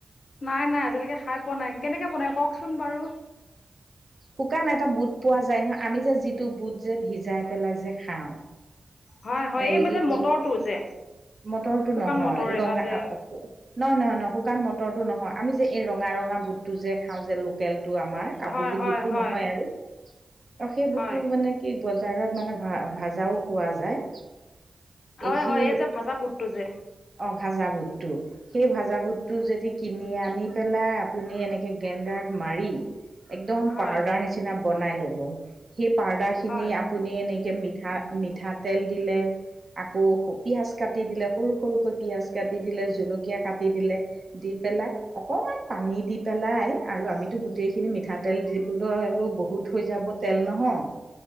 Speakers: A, on the left; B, on the right.
A: নাই-নাই আজিলৈকে খাই পোৱা নাই। কেনেকে বনাই কওঁকচোন বাৰু?
B: শুকান এটা বুট পোৱা যায়, নহয় আমি যে যিটো বুট যে, ভিজাই পেলাই যে খাওঁ
A: হয় হয়
B: এ
A: এই
B: ই
A: যে মটৰটো যে
B: মটৰটো
A: শুকান
B: নহয়।
A: মটৰ এটা
B: ৰঙা নহয়-নহয়-নহয়,
A: যে
B: শুকান মটৰটো নহয়, আমি যে এই ৰঙা-ৰঙা বুটটো যে খাওঁ যে, লোকেল টো আমাৰ কাবুলী
A: হয় হয়
B: বুটটো
A: হয়
B: নহয় আৰু, ত সেই বুটটো
A: হয়
B: মানে কি বজাৰ বজাৰত মানে, ভা-ভাজাও পোৱা যায়।
A: হয়
B: সেই,
A: হয় এই যে ভাজা বুটটো যে
B: অহ ভাজা বুটটো। সেই ভাজা বুটটো যদি কিনি আনি পেলাই আপুনি এনেকে গ্ৰেণ্ডাৰত মাৰি একদম
A: হয়
B: পাউদাৰ নিচিনা বনাই লব, সেই পাউদাৰ খিনি
A: হয়
B: আপুনি এনে মিঠা-মিঠাতেল দিলে আকৌ পিয়াজ কাটি দিলে, সৰু-সৰুকৈ পিয়াজ কাটি দিলে, জলকীয়া কাটি দিলে, দি পেলাই, অকণমান পানী দি পেলাই, আৰু আমিতো গোটেইখিনি মিঠাতেল দি পেলাই আৰু বহুত থৈ যাব তেল নহয়,